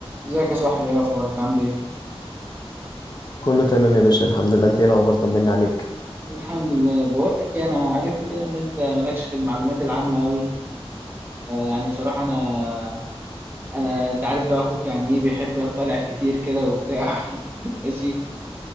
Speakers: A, on the right; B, on the left.
A: ازيك يا صاحبي ايه اخبارك عامل ايه
B: كله تمام يا باشا الحمد لله انت ايه الاخبار طمني عليك
A: الحمد لله بقول لك ايه انا عرفت كده ان انت مالكش في المعلومات العامه قوي يعني بصراحه انا انا انت عارف بقى اخوك يعني ايه بيحب يطلع كتير كده وبتاع <laughs> ماشي